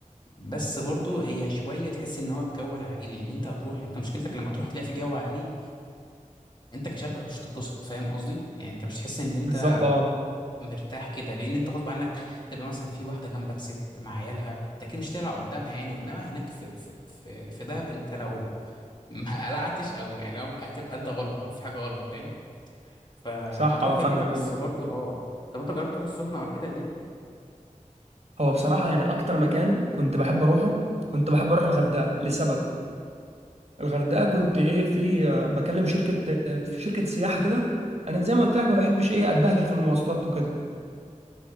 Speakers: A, on the left (about 35°); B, on the right (about 50°).
A: بس برضو هي شوية تحس ان هو الجو العائلي ان انت هتروح انت مشكلتك لما تروح تلاقي في جو عائلي انت كشاب مش هتتبسط فاهم قصدي يعني انت مش تحس ان انت
B: بالظبط اه
A: مرتاح كده لان انت غصب عنك تبقى مثلا في واحده جنبك ست مع عيالها انت اكيد مش هتقلع قدامها يعني انما هناك في في في, في دهب انت لو <laughs> ما قلعتش او يعني لو هتبقى انت غلط او في حاجه غلط فاهم فمطروح
B: صح اه
A: جميله
B: فاهمك
A: بس
B: قوي
A: برضو اه آه. طب انت جربت تروح السخنه والحتت دي
B: هو بصراحه يعني اكتر مكان كنت بحب اروحه كنت بحب اروح الغردقه لسبب الغردقه كنت ايه في آه، بكلم شركه آه، في شركه سياحه كده انا زي ما قلت لك ما بحبش ايه اتبهدل في المواصلات وكده